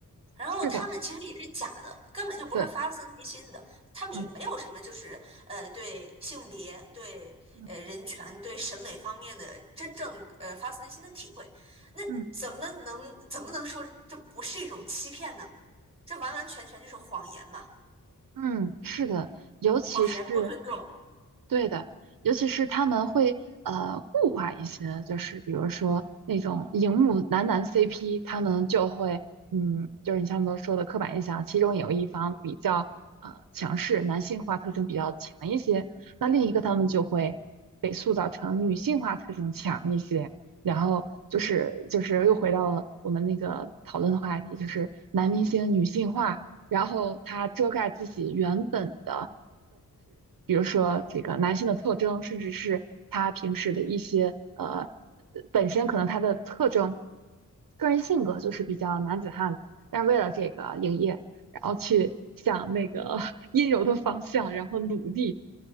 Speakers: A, on the right; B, on the right.
A: 然后他们其实也是假的，
B: 是的，
A: 根本就不是发自内心的，
B: 对，
A: 他们也没有什么就是呃对性别、
B: 嗯
A: 对呃人权、
B: 嗯
A: 对审美方面的真正呃发自内心的体会，那怎么能怎么能说这不是一种欺骗呢？
B: 嗯
A: 这完完全全就是谎言嘛，
B: 嗯，是的，尤其是。
A: 谎言不尊重。
B: 对的，尤其是他们会呃固化一些，就是比如说那种荧幕男男 CP，他们就会嗯，就是你像我们说的刻板印象，其中有一方比较呃强势，男性化特征比较强一些，那另一个他们就会被塑造成女性化特征强一些，然后就是就是又回到了我们那个讨论的话题，就是男明星女性化，然后他遮盖自己原本的。比如说这个男性的特征，甚至是他平时的一些呃本身可能他的特征，个人性格就是比较男子汉的，但是为了这个营业，然后去向那个 <laughs> 阴柔的方向，然后努力，